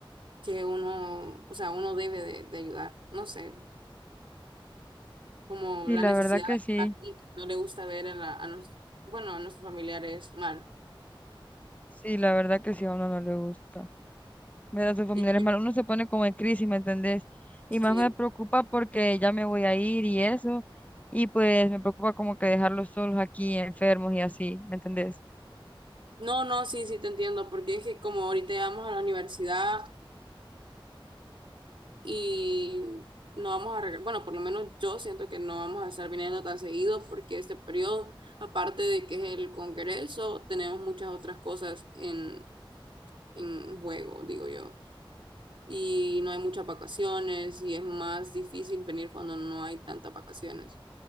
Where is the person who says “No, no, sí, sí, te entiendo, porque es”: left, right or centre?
Right